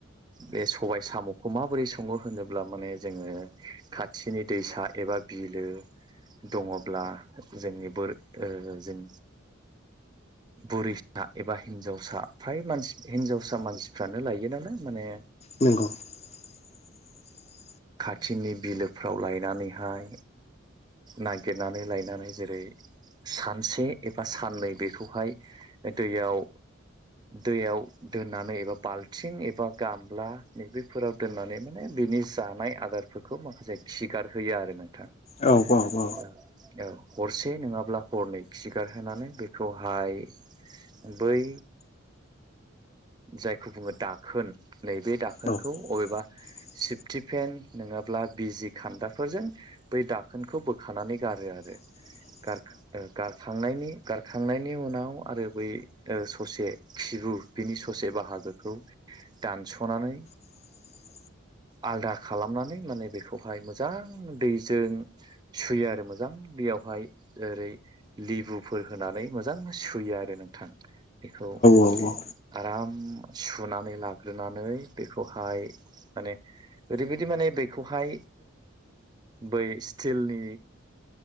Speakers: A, on the right (about 20°); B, on the left (about 30°).
A: बे सबाय साम'खौ माबोरै सङो होनोब्ला माने जोङो खाथिनि दैसा एबा बिलो दङब्ला जोंनि जोंनि बुरिसा एबा हिनजावसा फ्राय मान हिनजावसा मानसिफ्रानो लायोनालाय माने
B: नंगौ <inaudible>
A: खाथिनि बिलोफ्राव लायनानैहाय नागिरनानै लायनानै जेरै सानसे साननै बेखौहाय दैयाव दैयाव दोननानै एबा बाल्थिं एबा गामला नैबेफोराव दोननानै माने बेनि जानाय आदारफोरखौ माखासे खिगार होयो आरो नों
B: औ औ
A: औ हरसे नङाब्ला हरनै खि खिगारहोनानै बेखौहाय बै जायखौ बुङो दाखोन नैबे दाखोनखौ
B: औ
A: अबेबा
B: <inaudible>
A: सिफटिफेन नङाब्ला बिजि खान्दाफोरजों बै दाखोनखौ बोखानानै गारो आरो
B: <inaudible>
A: <unintelligible> गारखांनायनि गारखांनायनि उनाव आरो बै ससे खिबु बिनि ससे बाहागो खौ दानस'नानै
B: <inaudible>
A: आलदा खालामनानै माने बेखौहाय मोजां दैजों। सुयो आरो मोजां बेयावहाय ओरै। लिबुफोर होनानै मोजां सुयो आरो नोंथां बेखौ।
B: औ औ
A: आराम सुनानै लाग्रोनानै बेखौहाय माने। ओरैबायदि माने बैखौहाय बै स्टिलनि।